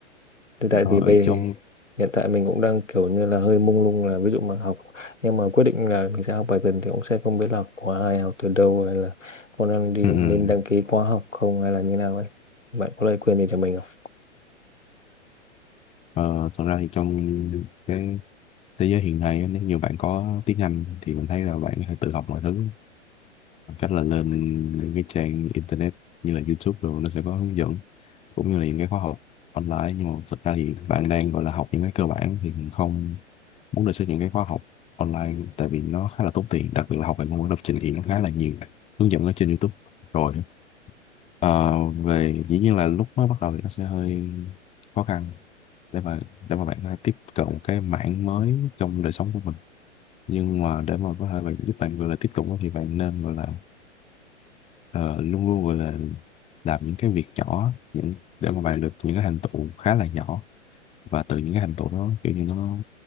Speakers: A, on the left; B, on the left.
A: thì tại
B: Ở
A: vì bây
B: trong
A: hiện tại mình cũng đang kiểu như là hơi mông lung là ví dụ mà học nhưng mà quyết định là mình sẽ học bài tuần thì cũng sẽ không biết là học khóa ai học từ đâu hay là con đang đi
B: ừ. ừ.
A: nên đăng ký khóa học không hay là như nào ấy bạn có lời khuyên gì cho mình không?
B: Ờ, thật ra thì trong cái thế giới hiện nay á, nếu như bạn có tiếng Anh thì mình thấy là bạn có thể tự học mọi thứ bằng cách là lên những cái trang internet như là YouTube rồi nó sẽ có hướng dẫn cũng như là những cái khóa học online nhưng mà thực ra thì bạn đang gọi là học những cái cơ bản thì mình không muốn đề xuất những cái khóa học online tại vì nó khá là tốn tiền đặc biệt là học về ngôn ngữ lập trình thì nó khá là nhiều hướng dẫn ở trên YouTube rồi Ờ, về dĩ nhiên là lúc mới bắt đầu thì nó sẽ hơi khó khăn để mà để mà bạn có thể tiếp cận một cái mảng mới trong đời sống của mình nhưng mà để mà có thể bạn giúp bạn gọi là tiếp cận thì bạn nên gọi là ờ, luôn luôn gọi là làm những cái việc nhỏ những để mà bạn được những cái thành tựu khá là nhỏ và từ những cái thành tựu đó kiểu như nó,